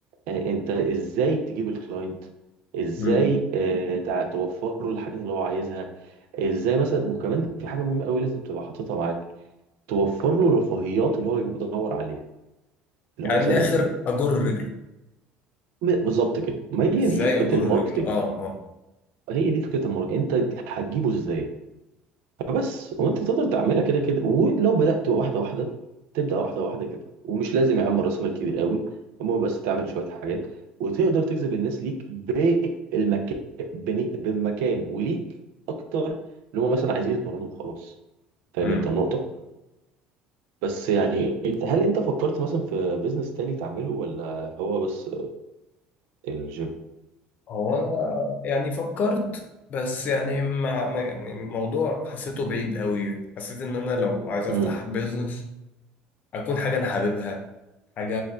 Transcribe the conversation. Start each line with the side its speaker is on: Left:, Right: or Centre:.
Right: يعني أنت إزاي تجيب الكلاينت ازاي
Left: مم.
Right: آه، تع- توفر له الحاجات اللي هو عايزها ازاي مثلا وكمان في حاجه مهمه قوي لازم تبقى حاططها معاك توفر له الرفاهيات اللي هو بيدور عليها اللي
Left: يعني
Right: هو مثلا
Left: من الاخر اجر رجله
Right: م- بالظبط كده ما هي
Left: ازاي
Right: دي فكره
Left: اجر
Right: الماركتنج
Left: رجله اه اه
Right: هي دي فكره الماركتنج انت هتجيبه ازاي فبس وانت تقدر تعملها كده كده ولو بدات واحده واحده تبدا واحده واحده كده ومش لازم يا عم راس مال كبير قوي المهم بس تعمل شويه حاجات وتقدر تجذب الناس ليك بالمكان بني- بالمكان وليك اكتر اللي هم مثلا عايزين يتمرنوا وخلاص فاهم
Left: مم.
Right: انت النقطه بس يعني انت هل انت فكرت مثلا في بيزنس تاني تعمله ولا هو بس الجيم
Left: هو انا يعني فكرت بس يعني مع مع- يعني الموضوع حسيته بعيد قوي حسيت ان انا لو عايز افتح
Right: امم
Left: بيزنس اكون حاجه انا حاببها حاجه